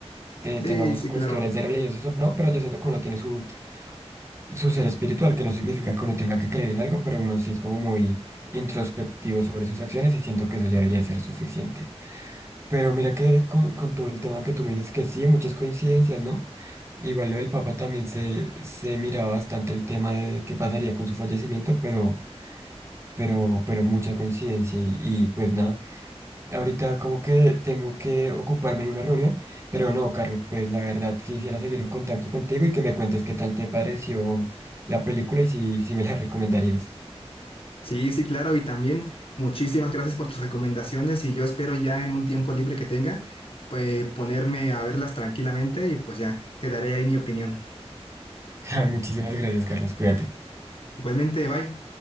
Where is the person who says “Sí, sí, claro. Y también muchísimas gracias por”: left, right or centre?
Left